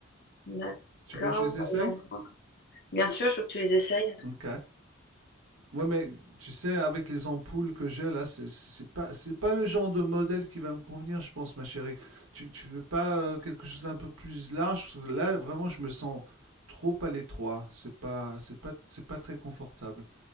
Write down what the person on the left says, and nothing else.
D'accord,
voyons Bien sûr, je veux que tu les essayes.